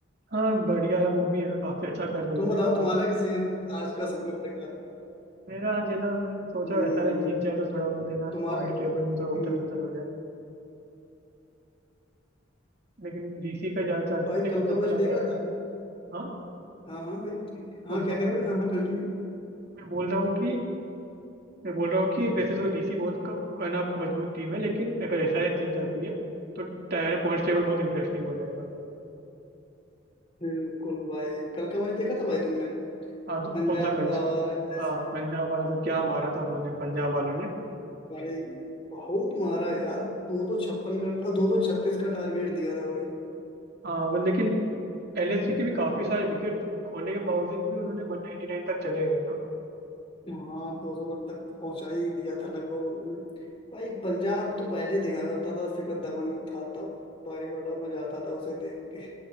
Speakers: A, on the right; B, on the left.
A: हाँ बढ़िया है वो भी है ना काफी अच्छा कर रही
B: तुम बताओ
A: है
B: तुम्हारा किसे आज का सपोर्ट करेगा
A: मेरा आज है ना मैं सोचा
B: हम्म
A: ऐसा है जीत जाए तो थोड़ा बहुत है ना
B: तुम्हारा
A: पॉइंट
B: तो
A: टेबल में थोड़ा उथल
B: हम्म,
A: पुथल हो जाए लेकिन डीसी का ज्यादा चांस
B: भाई
A: है लेकिन
B: कल
A: मेरे
B: का मैच
A: को लग
B: देखा
A: रहा है हाँ
B: हाँ हाँ भाई ठीक
A: कौन
B: हाँ
A: सा
B: क्या
A: वाला?
B: करे भाई हाँ हाँ कंटिन्यू
A: मैं बोल रहा हूँ कि मैं बोल रहा हूँ कि वैसे तो डीसी बहुत का कहना मजबूत टीम है लेकिन अगर एसआरएच जीत जाती है तो टायर पॉइंट टेबल बहुत इंटरेस्टिंग हो जाएगा
B: बिल्कुल भाई कल का मैच देखा था भाई तुमने
A: हाँ तो
B: पंजाब
A: कौन सा मैच
B: का और एलआईसी
A: हाँ
B: का
A: पंजाब वाला तो क्या मारा था उन्होंने पंजाब वालों ने
B: भाई बहुत मारा यार दो दो छप्पन का अ, दो दो छत्तीस का टारगेट दिया था भाई
A: हाँ पर लेकिन एलएससी के भी काफी सारे विकेट खोने के बावजूद भी उन्होंने 199 तक चले गए हाँ
B: हाँ दो सौ रन तक पहुंचा ही दिया था लगभग उन्होंने भाई पंजाब तो पहले ही देखा करता था शिखर धवन था तब भाई बड़ा मजा आता था उसे देख के